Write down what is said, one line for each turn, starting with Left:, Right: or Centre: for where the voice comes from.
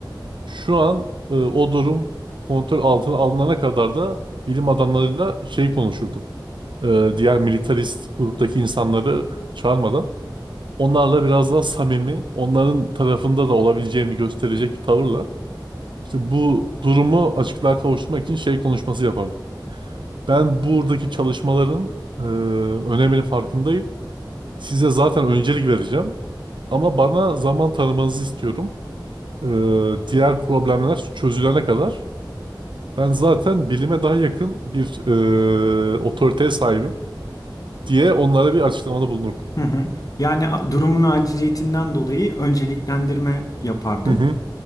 Right: Şu an e, o durum kontrol altına alınana kadar da bilim adamlarıyla şey konuşurdum. E, diğer militarist gruptaki insanları çağırmadan onlarla biraz daha samimi, onların tarafında da olabileceğimi gösterecek bir tavırla işte bu durumu açıklığa kavuşturmak için şey konuşması yapardım. Ben buradaki çalışmaların e, öneminin farkındayım Size zaten öncelik vereceğim. Ama bana zaman tanımanızı istiyorum. Ee, diğer problemler çözülene kadar ben zaten bilime daha yakın bir e, otoriteye sahibim diye onlara bir açıklamada bulunurdum.
Left: Hı hı. Yani a- durumun aciliyetinden dolayı önceliklendirme yapardın.
Right: Hı hı,